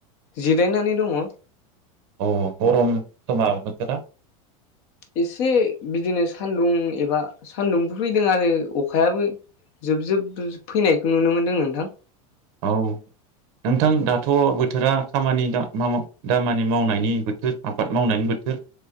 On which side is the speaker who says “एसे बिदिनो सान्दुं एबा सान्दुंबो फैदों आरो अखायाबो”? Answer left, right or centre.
Left